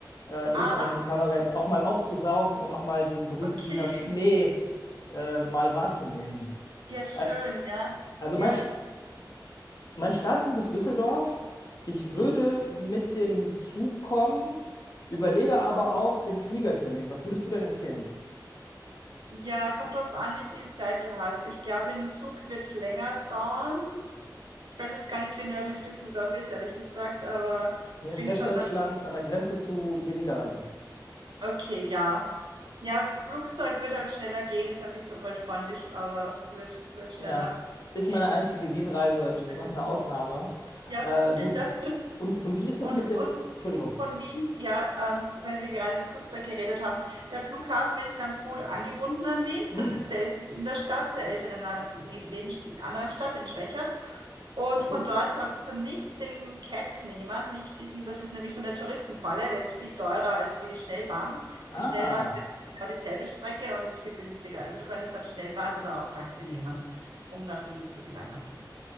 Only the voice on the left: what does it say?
äh, im
österreichischen
Kabarett, auch mal aufzusaugen und auch mal diesen berühmten
Wiener Schmäh äh, mal wahrzunehmen.
Ä-
Also
mein, St- mein Startpunkt ist Düsseldorf. Ich würde
mit dem Zug kommen, überlege aber auch, den Flieger zu nehmen. Was würdest du denn empfehlen?
Hier
in Westdeutschland,
an der Grenze zu den Niederlanden.
Ja, ist
meine einzige Wien-Reise.
Wir machen eine Ausnahme.
Äh,
gut.
Und, und wie ist
das mit
dem... Entschuldigung.
Hm,
ja gut.
Ah.